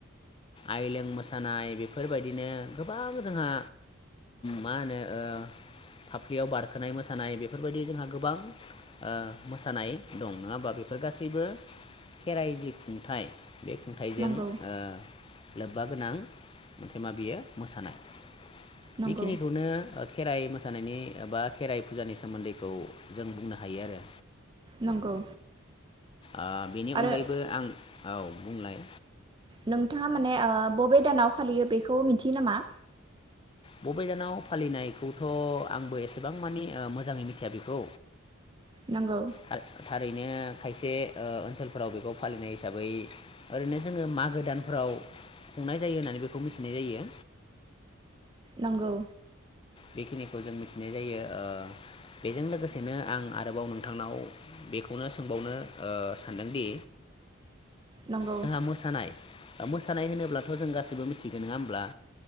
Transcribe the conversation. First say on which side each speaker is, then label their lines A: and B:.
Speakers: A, on the left (about 25°); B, on the right (about 25°).
A: आइलें मोसानाय बेफोरबायदिनो गोबां जोंहा मा होनो ओ फाफ्लियाव बारखोनाय मोसानाय बेफोरबायदि जोंहा गोबां ओ मोसानाय दं नङा होमबा बेफोर गासैबो खेराइलि खुंथाइ बे खुंथाइजों
B: नंगौ
A: ओ लोब्बा गोनां मोनसे मा बियो मोसानाय।
B: नंगौ
A: बेखिनिखौनो ओ खेराइ मोस सानायनि एबा खेराइ फुजानि सोमोन्दैखौ जों बुंनो हायो आरो।
B: नंगौ
A: ओ बेनि
B: आरो
A: अनगायैब बो आं औ बुंलाय
B: नोंथाङा माने ओ बबे दानाव फालियो बेखौ मिथियो नामा?
A: बबे दानाव फालिनायखौथ' आंबो एसेबां मानि ओ मोजाङै मिथिया बेखौ।
B: नंगौ
A: थार-थारै नो खायसे ओ ओन्सोलफोराव बेखौ फालिनाय हिसाबै ओरैनो जोङो मागो दानफोराव खुंनाय जायो होननानै बेखौ मिथिनाय जायो।
B: नंगौ
A: बेखिनिखौ जों मिथिनाय जायो ओ बेजों लोगोसेनो आं आरोबाव नोंथांनाव बेखौनो सोंबावनो ओ सानदोंदि
B: नंगौ
A: जोंहा मोसानाय ओ मोसानाय होनोब्लाथ जों गाससिबो मिथिगो नङा होमब्ला?